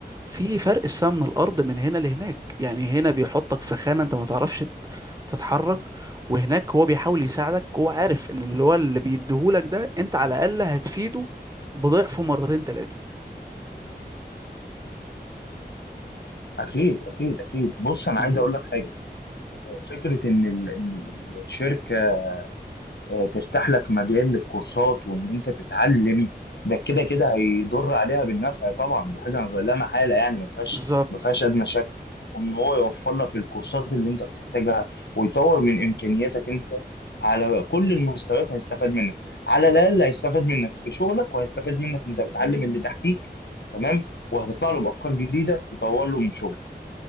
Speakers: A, on the right; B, on the left.
A: في فرق السما من الأرض من هنا لهناك يعني هنا بيحطك في خانة أنت ما تعرفش ت- تتحرك وهناك هو بيحاول يساعدك هو عارف إن اللي هو اللي بيديهولك ده أنت على الأقل هتفيده بضعفه مرتين تلاتة
B: اكيد اكيد اكيد بص انا
A: امم
B: عايز اقول لك حاجه فكره ان ال- إن ال- الشركه آه، تفتح لك مجال للكورسات وان انت تتعلم ده كده كده هيضر عليها بالنفع طبعا دي حاجه لا محاله يعني ما فيهاش
A: بالظبط
B: ما فيهاش ادنى شك وان هو يوفر لك الكورسات اللي انت بتحتاجها ويطور من امكانياتك انت على كل المستويات هيستفاد منك على الاقل هيستفاد منك في شغلك وهيستفاد منك انت بتعلم اللي تحتيك تمام وهتطلع له بافكار جديده تطور له من شغله